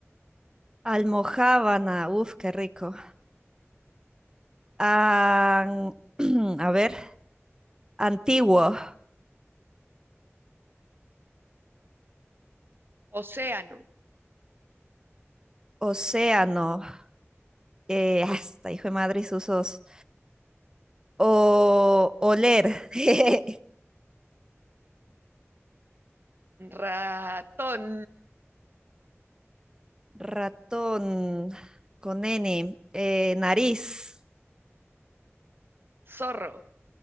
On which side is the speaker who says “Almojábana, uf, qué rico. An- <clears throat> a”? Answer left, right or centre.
Right